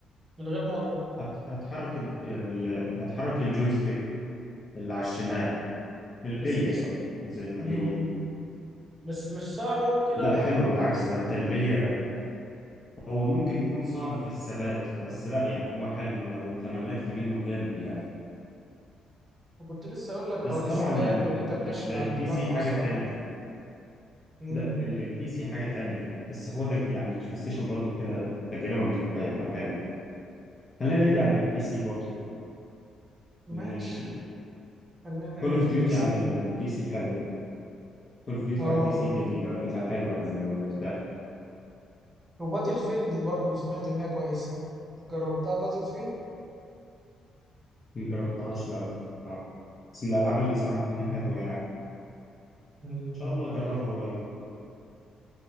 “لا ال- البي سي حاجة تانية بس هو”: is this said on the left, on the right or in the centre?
Left